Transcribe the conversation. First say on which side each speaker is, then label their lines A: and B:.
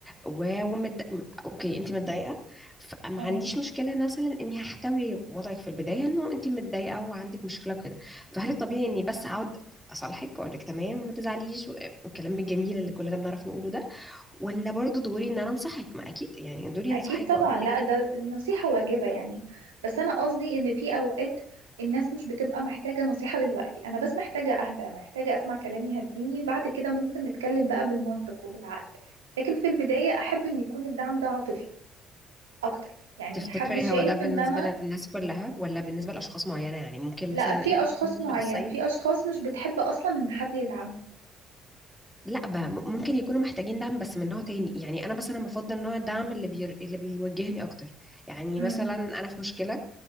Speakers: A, in the centre; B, on the right (about 85°).
A: و... ومد... اوكي انت متضايقة فما
B: تمام
A: عنديش مشكلة مثلا اني هحتوي وضعك في البداية انه انت متضايقة وعندك مشكلة كده فهل الطبيعي اني بس اقعد اصالحك واقول لك تمام وما تزعليش والكلام الجميل اللي كلنا بنعرف نقوله ده ولا برضو دوري ان انا انصحك ما اكيد يعني دوري
B: اكيد
A: انصحك
B: طبعا
A: واقول
B: لا
A: لك
B: ده النصيحة واجبة يعني بس انا قصدي ان في اوقات الناس مش بتبقى محتاجة نصيحة دلوقتي انا بس محتاجة اهدى محتاجة اسمع كلام يهديني بعد كده ممكن نتكلم بقى بالمنطق وبالعقل لكن في البداية احب ان يكون الدعم ده عاطفي اكتر يعني
A: تفتكري
B: حد شايف
A: هو ده بالنسبة
B: ان انا
A: للناس كلها ولا بالنسبة لأشخاص معينة يعني ممكن
B: لا
A: مثلا
B: في
A: انت
B: اشخاص
A: تكوني شخصية
B: معينة في اشخاص مش بتحب اصلا ان حد يدعمهم
A: لا بقى م- ممكن يكونوا محتاجين دعم بس من نوع تاني يعني انا مثلا بفضل نوع الدعم اللي بير... اللي بيوجهني اكتر يعني
B: امم
A: مثلا انا في مشكلة